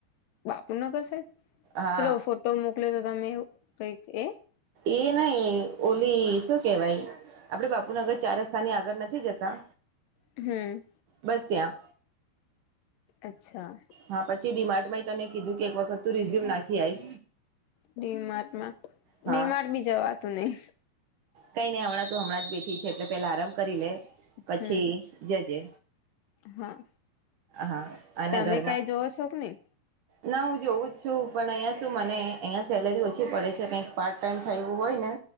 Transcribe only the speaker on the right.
હા
એ નહી ઓલી શું કેવાય આપડે બાપુ ના નગર ચાર રસ્તાની આગળ નથી જતા
બસ ત્યા.
હા પછી ડિમાર્ટમાં તને કીધું કે એક વખત તું રિઝુયમ નાખી આય.
હા
કઈ નહી હમણાં તો હમણાં જ બેઠી છે એટલે પેલા આરામ કરી લે પછી
જજે.
હા અને
ઘરમાં
ના હું જોવું જ છું પણ અહીંયા શું મને અહીંયા સેલરી ઓછી પડે છે કંઈક પાર્ટ ટાઈમ થાય એવું હોય ને.